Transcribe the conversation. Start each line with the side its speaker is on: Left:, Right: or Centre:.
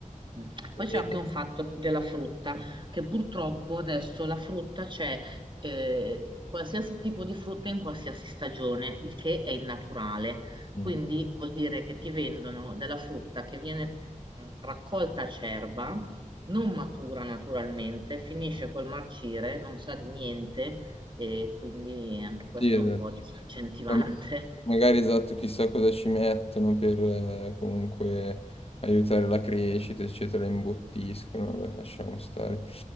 Right: Mm. Poi c'è
Left: E-
Right: anche un fatto della frutta, che purtroppo adesso la frutta c'è eh, qualsiasi tipo di frutta in qualsiasi stagione, il che è innaturale.
Left: mm.
Right: Quindi vuol dire che ti vendono della frutta che viene mh, raccolta a cerba, non matura naturalmente, finisce col marcire, non sa di niente e quindi anche questo
Left: Sì, esatto.
Right: è un po' disincentivante.
Left: Ma-
Right: <laughs>
Left: Magari esatto, chissà cosa ci mettono per eh, comunque aiutare la crescita, eccetera, la imbottiscono, vabbè, lasciamo stare.